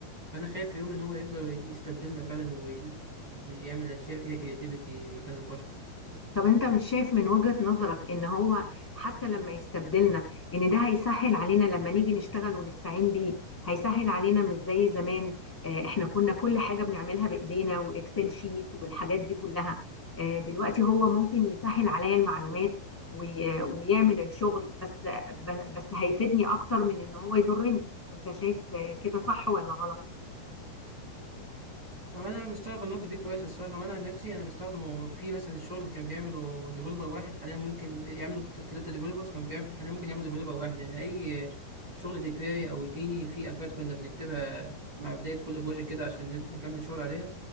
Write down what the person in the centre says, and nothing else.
طب انت مش شايف من وجهة نظرك ان هو حتى لما يستبدلنا ان ده هيسهل علينا لما نيجي نشتغل ونستعين بيه هيسهل علينا مش زي زمان اه احنا كنا كل حاجة بنعملها بايدينا واكسل شيت والحاجات دي كلها اه دلوقتي هو ممكن يسهل عليا المعلومات وي- ويعمل الشغل بس ب- بس هيفيدني اكتر من ان هو يضرني انت شايف اه كده صح ولا غلط